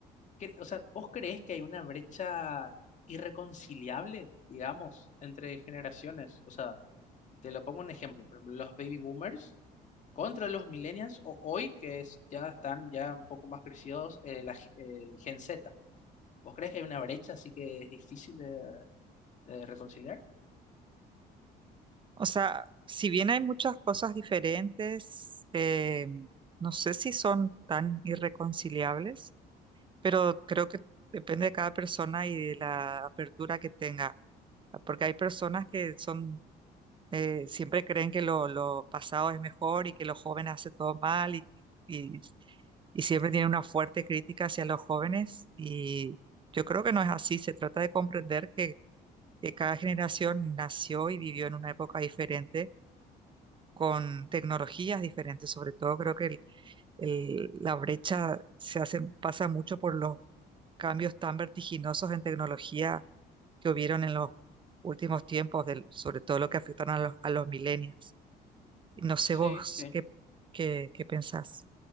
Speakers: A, on the left (about 45°); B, on the right (about 30°).
A: que, o sea, ¿vos creés que hay una brecha irreconciliable, digamos, entre generaciones? O sea, te lo pongo un ejemplo, por ejemplo, los baby boomers contra los millennials o hoy, que es, ya están ya un poco más crecidos, eh, la ge- el Gen Z. ¿Vos crees que hay una brecha así que es difícil de de reconciliar?
B: O sea, si bien hay muchas cosas diferentes, eh, no sé si son tan irreconciliables. pero creo que depende de cada persona y de la apertura que tenga, porque hay personas que son, eh, siempre creen que lo, lo pasado es mejor y que los jóvenes hacen todo mal y, y, y siempre tienen una fuerte crítica hacia los jóvenes y yo creo que no es así, se trata de comprender que, que cada generación nació y vivió en una época diferente. con tecnologías diferentes, sobre todo creo que el- la brecha se hace, pasa mucho por los cambios tan vertiginosos en tecnología que hubieron en los últimos tiempos, del- sobre todo lo que afectan a los, a los millennials. Y No sé
A: Sí,
B: vos
A: sí.
B: qué, qué, qué pensás.